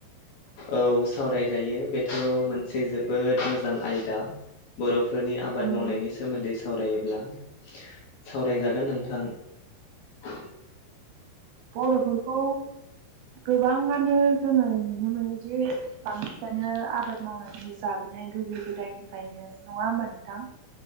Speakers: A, on the left; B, on the right.
A: औ सावरायजायो बेथ' मोनसे जोबोद मोजां आयदा बर' फोरनि आबाद
B: उम
A: मावनायनि सोमोन्दै सा वरायोब्ला सावरायजागोन नोंथां ।
B: बर'फोरखौ गोबाङानो जोङो नुनो मोनोदि बांसिनानो आबाद मावनानै जाबोनाय गोदो गोदायनिफ्रायनो नङा होमबा नोंथां ।